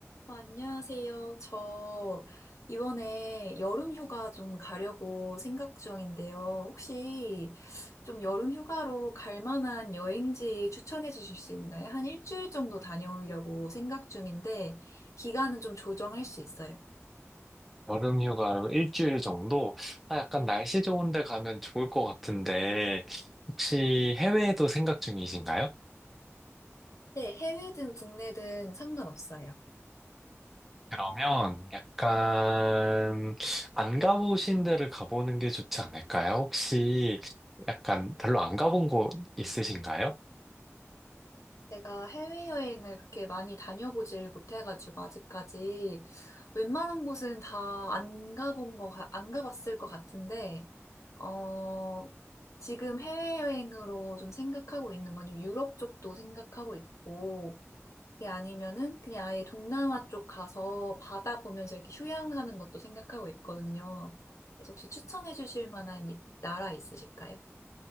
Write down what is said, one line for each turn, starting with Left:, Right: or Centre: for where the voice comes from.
Left: 어, 안녕하세요. 저 이번에 여름 휴가 좀 가려고 생각 중인데요. 혹시 좀 여름 휴가로 갈 만한 여행지 추천해 주실 수 있나요? 한 일주일 정도 다녀오려고 생각 중인데 기간은 좀 조정할 수 있어요.
Centre: 여름 휴가로 일주일 정도? 아, 약간 날씨 좋은 데 가면 좋을 것 같은데, 혹시 해외에도 생각 중이신가요?
Left: 네, 해외든 국내든 상관없어요.
Centre: 그러면 약간 안 가보신 데를 가보는 게 좋지 않을까요? 혹시 약간 별로 안 가본 곳 있으신가요?
Left: 제가 해외여행을 그렇게 많이 다녀보질 못해가지고 아직까지 웬만한 곳은 다 안 가본 거, 안 가봤을 것 같은데 어, 지금 해외여행으로 좀 생각하고 있는 건 유럽 쪽도 생각하고 있고, 그게 아니면은 그냥 아예 동남아 쪽 가서 바다 보면서 이렇게 휴양하는 것도 생각하고 있거든요. 그래서 혹시 추천해 주실 만한 이- 나라 있으실까요?